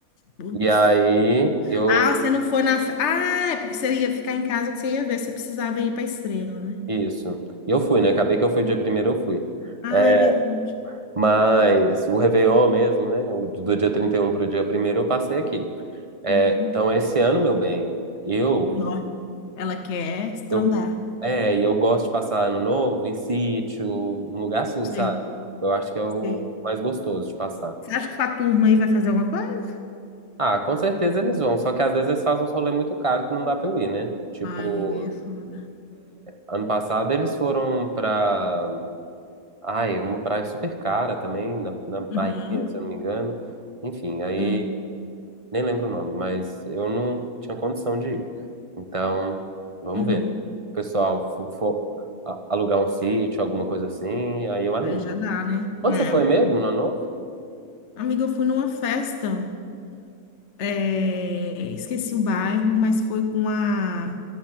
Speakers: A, on the left (about 55°); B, on the right (about 25°).
A: Putz.
B: e aí eu.
A: Ah, você não foi na. fe- Ah, é porque você ia ficar em casa que você ia ver se precisava ir pra estrela, né?
B: Isso. E eu fui,
A: É.
B: né? Acabei que eu fui dia primeiro, eu fui.
A: Ah,
B: É,
A: é verdade.
B: Mas o Réveillon mesmo, né? o Do dia 31 para o dia primeiro eu passei aqui. É,
A: Uhum.
B: então, esse ano, meu bem, eu,
A: Não, ela quer estrondar.
B: eu, é, e eu gosto de passar ano novo em sítio, um lugar assim,
A: Sim,
B: sabe? Eu acho que é o
A: sim.
B: mais gostoso de passar.
A: Você acha que sua turma aí vai fazer alguma coisa?
B: Ah, com certeza eles vão, só que às vezes eles fazem uns rolê muito caro que não dá pra eu ir, né? Tipo,
A: Ai, amiga, aí é foda.
B: ano passado eles foram pra. Ai, uma praia super cara também, na, na Bahia,
A: Uhum,
B: se eu não me engano. Enfim, aí.
A: uhum,
B: Nem lembro o nome, mas eu não tinha condição de ir. Então, vamos
A: uhum.
B: ver, né? O pessoal fo- for, a- alugar um sítio, alguma coisa assim, aí eu animo.
A: Aí já dá, né? Né?
B: Onde você foi mesmo, no Ano Novo?
A: Amiga, eu fui numa festa, é, esqueci o bairro, mas foi com a,